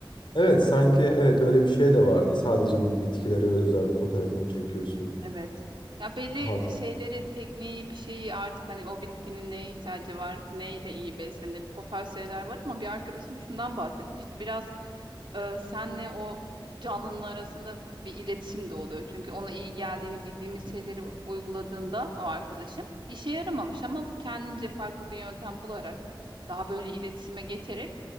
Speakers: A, on the left; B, on the right.
A: Evet sanki evet öyle bir şey de vardı. Sadece bu bitkilere özel fotoğrafını çekiyorsun.
B: Evet. Ya belli
A: Ha,
B: şeyleri, tekniği, bir şeyi artık hani o bitkinin neye ihtiyacı var, neyle iyi beslenir, o tarz şeyler var ama bir arkadaşım şundan bahsetmişti. Biraz e, senle o canlının arasında bir iletişim de oluyor. Çünkü ona iyi geldiğini bildiğimiz şeyleri u- uyguladığında o arkadaşım işe yaramamış ama kendince farklı bir yöntem bularak daha böyle iletişime geçerek